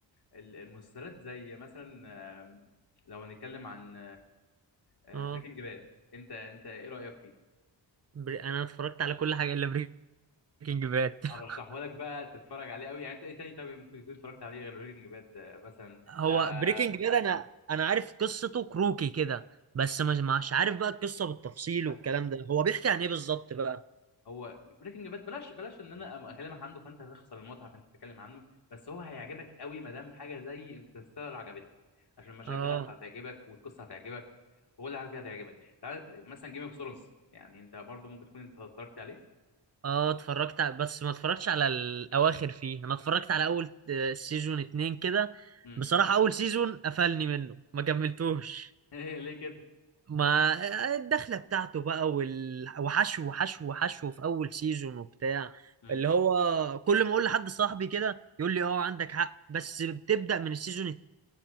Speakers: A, on the left; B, on the right.
A: المسلسلات زي مثلا آه، لو هنتكلم عن بريكنج
B: اه
A: باد انت انت ايه رأيك فيه؟
B: بري... انا اتفرجت على كل حاجه الا بريكنج باد <laughs>
A: ارشحه لك بقى تتفرج عليه قوي يعني انت ايه تاني طب ممكن تكون اتفرجت عليه غير بريكنج باد آه، مثلا
B: هو
A: آه
B: بريكنج باد انا انا عارف قصته كروكي كده بس مش مش عارف بقى القصه بالتفصيل
A: طب
B: والكلام ده هو بيحكي عن ايه بالظبط بقى
A: هو بريكنج باد بلاش بلاش ان انا اكلمك عنه فانت هتخسر المتعه فانت تتكلم عنه بس هو هيعجبك قوي ما دام حاجه زي انترستيلر عجبتك عشان المشاهد
B: اه
A: بتاعته هتعجبك والقصه هتعجبك وكل حاجه فيها هتعجبك تعال مثلا جيم اوف ثرونز يعني انت برضو ممكن تكون انت اتفرجت عليه
B: اه اتفرجت ع- بس ما اتفرجتش على الاواخر فيه انا اتفرجت على اول آه، سيزون اتنين كده
A: امم
B: بصراحة اول سيزون قفلني منه ما كملتوش
A: <laughs> ليه كده
B: ما آه، الدخلة بتاعته بقى وال... وحشو وحشو وحشو في اول سيزون وبتاع
A: امم
B: اللي هو كل ما اقول لحد صاحبي كده يقول لي اه عندك حق بس بتبدأ من السيزون